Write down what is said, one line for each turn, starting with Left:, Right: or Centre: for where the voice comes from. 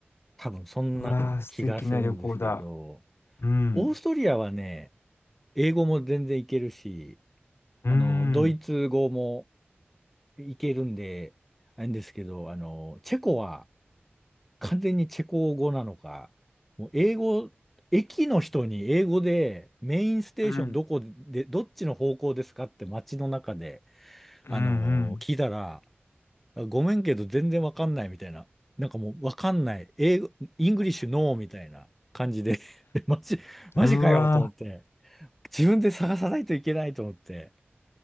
Centre: 多分そんな気がするんですけど、
Left: うわあ、素敵な旅行だ。うん。
Centre: オーストリアはね、英語も全然いけるし、
Left: うん。
Centre: あの、ドイツ語もいけるんで、あれですけど、あの、チェコは完全にチェコ語なのか、もう英語、駅の人に英語でメインステーションどこで、
Left: うん。
Centre: どっちの方向ですかって街の中で、
Left: うん
Centre: あの、聞いたら、あごめんけど全然わかんないみたいな。なんかもうわかんない。英語、イングリッシュノーみたいな感じで <laughs> でマジ、マジかよと思って。
Left: うん。うわ
Centre: 自分で探さないといけないと思って。